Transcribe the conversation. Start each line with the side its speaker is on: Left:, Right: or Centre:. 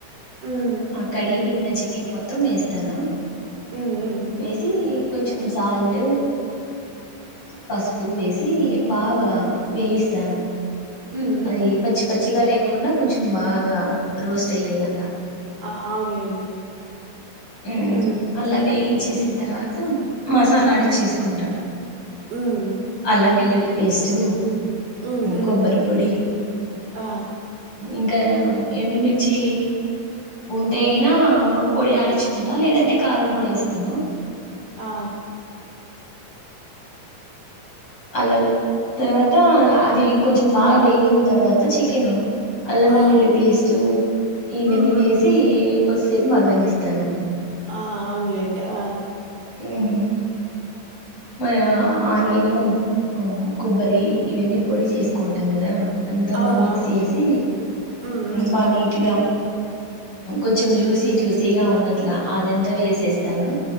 Right: హ్మ్
Left: ఆ కడిగి పెట్ న చికెన్ మొత్తం ఏస్తాను.
Right: హ్మ్ హ్మ్
Left: ఏసి కొంచెం సాల్ట్ పసుపు వేస్ బాగా వేయిస్తాను
Right: హ్మ్ హ్మ్.
Left: అది పచ్చి పచ్చిగా లే కుండా కొంచెం బాగా రోస్ట్ అయ్యేలాగా
Right: ఆ అవునులేండి
Left: మ్మ్
Right: హ్మ్.
Left: అలా వేగించేసింది తర్వాత మసాలా అడిచ్చేసుకుంటా
Right: హ్మ్.
Left: అల్లం, వెల్లుల్లి పేస్టు
Right: హ్మ్. హ్మ్.
Left: కొబ్బరి పొడి
Right: ఆ!
Left: ఇంకా ఎండుమిర్చి ఉంటే అయినా పొడి ఆడించుకుంటా లేదంటే కారం పొడి వేస్తాను
Right: ఆ
Left: అల్లం తర్వాత అలా ఆది కొంచెం బా వేగిన తర్వాత చికెను అల్లం,
Right: ఆ!
Left: వెల్లుల్లి పేస్టు ఇవన్నీ
Right: హ్మ్. హ్మ్.
Left: వేసి కొసేపు మగ్గనిస్తాను
Right: ఆ అవునులేండి ఆ
Left: మ్మ్ మ ఆనియను, కొబ్బరి ఇవన్నీ పొడి చేసుకుంటాం కదా అంతా
Right: అవునవునులేండి.
Left: బాగా మిక్సీ చేసి
Right: హ్మ్. హ్మ్.
Left: బాగా నీట్గా కొంచెం జ్యూసీ జ్యూసీగా ఉన్నట్లా అదంతా వేసేస్తాను